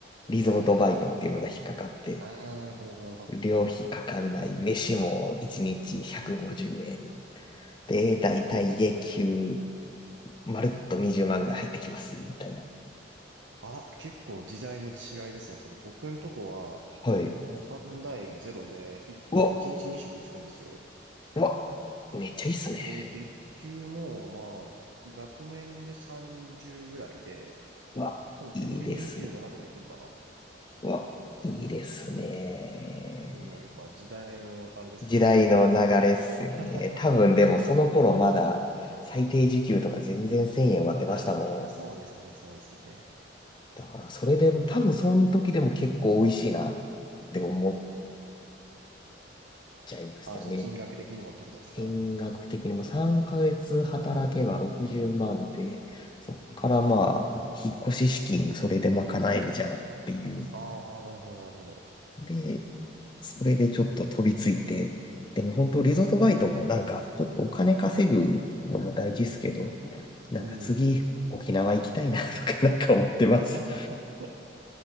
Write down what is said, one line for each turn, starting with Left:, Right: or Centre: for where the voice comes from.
Left: リゾートバイトっていうのが引っかかって、
Right: はいはいはいはい。ああ、なるほど、なるほど。
Left: 料費かかんない、飯も1日150円で、だいたい月給、
Right: え、
Left: まるっと20万ぐらい入ってきます、みたいな。
Right: あら、結構時代の違いですね。それ僕んとこは、
Left: はい。
Right: ご飯代ゼロで、い、
Left: うわ、
Right: 1日2食つくんですよ。
Left: うわ、めっちゃいいっすね。
Right: で、月給も、まあ、額面で30ぐらいで、
Left: うわ、
Right: 多分手取り27ぐらいいくんかな。
Left: いいですね。うわ、いいですね。
Right: そうなん、やっぱ時代のあれですね、
Left: 時代の流れっすよね。
Right: 流れですね。<laughs>
Left: 多分でもその頃まだ最低時給とか全然1000円割ってましたもん。
Right: ああ、まあまあ、そうですね、そうですね。
Left: だからそれでも多分その時でも結構美味しいなって思っちゃいましたね。
Right: ああ、その金額的にもってことですか。
Left: 金額的にも3ヶ月働けば60万で、そっからまあ、引っ越し資金それで賄えるじゃんっていう。
Right: ああ、なるほど、なるほど。
Left: で、それでちょっと飛びついて、でも本当リゾートバイトもなんか、ちょっとお金稼ぐのも大事ですけど、なんか次、
Right: うん。
Left: 沖縄行きたいなとかなんか思ってます。
Right: <laughs>